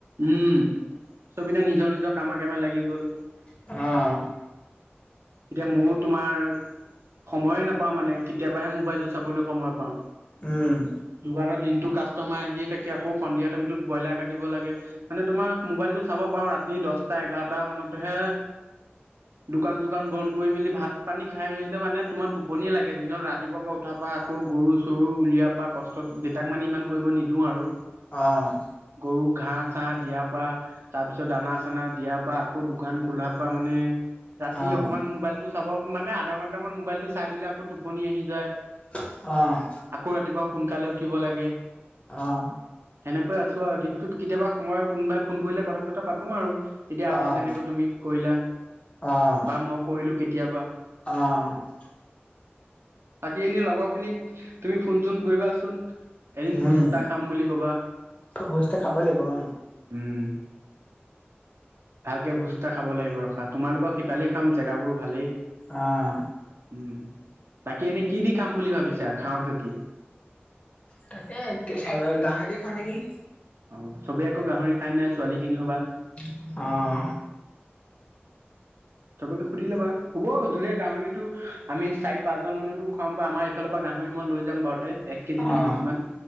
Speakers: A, on the right; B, on the left.
A: উম, চব এতিয়া, নিজৰ-নিজৰ কামে-কামে লাগি গ'ল।
B: অ'!
A: এতিয়া, মোৰ তোমাৰ, সময়ে নাপাওঁ মানে। কেতিয়াবাহে মো মোবাইলটো চাবলৈ সময় পাওঁ।
B: উম!
A: দোকানত দিনটো, কাষ্টমাৰ আহিয়ে থাকে। আকৌ, সন্ধিয়া টাইমটোত ব্ৰইলাৰ কাটিব লাগে। মানে তোমাৰ, মোবাইলটো চাব পাৰোঁ, ৰাতি দহটা-এঘাৰটা মানতহে। দোকান-চোকান বন্ধ কৰি-মেলি, ভাত-পানী খাই মেলোতে মানে, তোমাৰ টোপনিয়ে লাগে। দিনত ৰাতিপুৱা পুৱা উঠাৰ পৰা আকৌ, গৰু-চৰু উলিয়া পৰা, <unintelligible> দেউতাক মানে, ইমান কৰিব নিদিওঁ আৰু।
B: অ'!
A: গৰু ঘাঁহ-চাঁহ দিয়াৰ পৰা। তাৰপিছত, দানা-চানা দিয়াৰ পৰা, আকৌ দোকান খোলাৰ পৰা মানে, ৰাতি
B: অ',
A: অকমান, মোবাইলটো চাব, মানে, আধা ঘণ্টামান মোবাইলটো চাই দিলে, আকৌ, টোপনি আহি যায়।
B: <unintelligible> অ'!
A: আকৌ, ৰাতিপুৱা সোনকালে উঠিব লাগে।
B: অ
A: সেনেকৈ আছো আৰু দিনটোত কেতিয়াবা সময় কোনোবাই ফোন কৰিলে কথা চথা পাতো আৰু এতিয়া আজি
B: অ', অ'।
A: যেনেকৈ তুমি কৰিলা
B: অ',
A: বা মই কৰিলো কেতিয়াবা
B: অ'।
A: আজি‌ এনেই লগৰখিনিক তুমি ফোন চোন কৰিবাচোন এদিন ভোজ্তা
B: উম,
A: খাম বুলি কবা।
B: ভোজটো খাব লাগিব অ',
A: উম ভালকে বুজ্তা খাব লাগিব ৰখা তোমালোকক সিপালি একদম। জেগাবোৰ ভালেই
B: অ'
A: উম তাক এনেই কি দি খাম বুলি ভাবিছা খাওঁ যদি
B: তাকে গাঁ দেখাওঁ নেকি।
A: অ চবে আকৌ গাহৰি খাই নাই ছোৱালী খিনিও বা
B: অ'
A: চবকে সুধি লবা হুব ধুনীয়া গাহৰিতটো আমি চাৰি পাঁচজন হলেতো খুৱাম বা আমাৰ ইফালৰ পৰা গাহৰি মই লৈ যাম বাৰুতে এক কেজি
B: অ',
A: দুই কেজি মান।